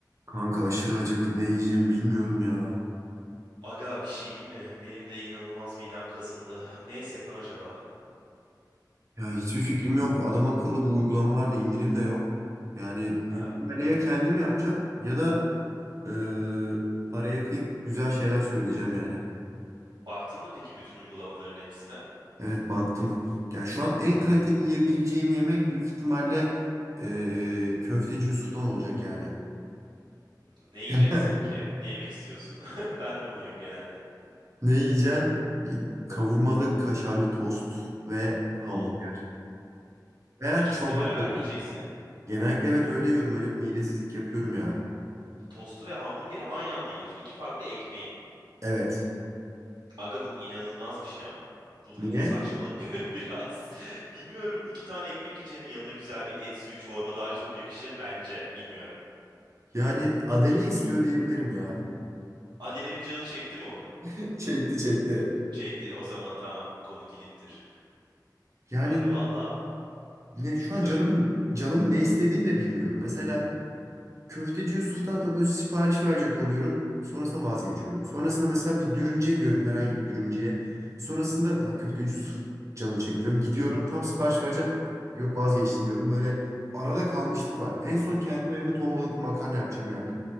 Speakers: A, on the right (about 45°); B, on the right (about 85°).
A: Kanka aşırı acıktım. Ne yiyeceğimi bilmiyorum ya.
B: Aga bir şey değil mi? Benim de inanılmaz midem kazındı. Ne yesek lan acaba?
A: Ya hiçbir fikrim yok. Adam akıllı bu uygulamalarda indirim de yok. Yani
B: Ha,
A: büyük ihtimalle ya kendim yapacağım ya da e, paraya kıyıp güzel şeyler söyleyeceğim yani.
B: baktın mı peki bütün uygulamaların hepsine?
A: Evet baktım. Yani şu an en kaliteli yiyebileceğim yemek büyük ihtimalle e, köfteci Yusuf'tan olacak yani.
B: Hmm, Ne yiyeceksin
A: <laughs>
B: ki? Ne yemek istiyorsun? <laughs> Ben de onu yiyorum genelde.
A: Ne yiyeceğim? Kavurmalı kaşarlı tost ve hamburger.
B: O
A: Veya
B: ikisini
A: çorba
B: beraber
A: söyleyeyim.
B: mi yiyeceksin?
A: Genellikle evet öyle yiyorum. Öyle bir midesizlik yapıyorum ya.
B: Tostu ve hamburgeri aynı anda yiyorsun. İki farklı ekmeği.
A: Evet.
B: Aga bu inanılmaz bir şey ama. Bu
A: Niye?
B: hani saçmalık <laughs> bir- biraz. Bilmiyorum iki tane ekmek yiyeceğine yanına güzel bir et suyu çorba daha çok yakışır bence. Bilmiyorum.
A: Yani Adele istiyor diyebilirim ya.
B: Adele'nin canı çekti mi onu?
A: <laughs> Çekti çekti.
B: Çekti o zaman tamam konu kilittir.
A: Yani
B: Aga valla
A: ne şu
B: hı, söyle.
A: an canım canımın ne istediğini de bilmiyorum. Mesela köfteci Yusuf'tan da böyle sipariş verecek oluyorum. Sonrasında vazgeçiyorum. Sonrasında mesela bir dürümcüye gidiyorum herhangi bir dürümcüye. Sonrasında lan köfteci Yusuf canım çekiyorum. Gidiyorum tam sipariş vereceğim. Yok vazgeçtim diyorum. Böyle arada kalmışlık var. En son kendim evde ton balıklı makarna yapacağım yani.